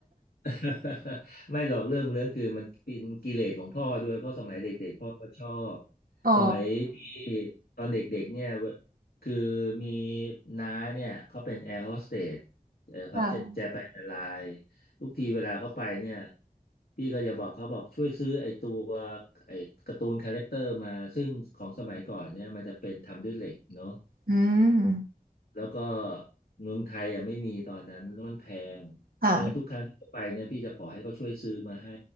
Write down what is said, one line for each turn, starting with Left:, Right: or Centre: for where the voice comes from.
Left: <laughs> ไม่หรอกเรื่องเรื่องคือมันเป็นกิเลสของพ่อด้วยเพราะสมัยเด็กๆพ่อก็ชอบ
Right: อ๋อ
Left: สมัยพี่ตอนเด็กๆเนี่ยเวคือมีน้าเนี่ยเขาเป็นแอร์โฮสเตสเออเขาจะจะไปแอร์ไลน์
Right: ค่ะ
Left: ทุกทีเวลาเขาไปเนี่ยพี่ก็จะบอกเขาบอกช่วยซื้อไอ้ตัวไอ้การ์ตูนคาแรคเตอร์มาซึ่งของสมัยก่อนเนี่ยมันจะเป็นทำด้วยเหล็กเนาะ
Right: อืม
Left: แล้วก็เมืองไทยอ่ะไม่มีตอนนั้นแล้วมันแพง
Right: ค่ะ
Left: เพราะฉะนั้นทุกครั้งที่ไปเนี่ยพี่จะขอให้เขาช่วยซื้อมาให้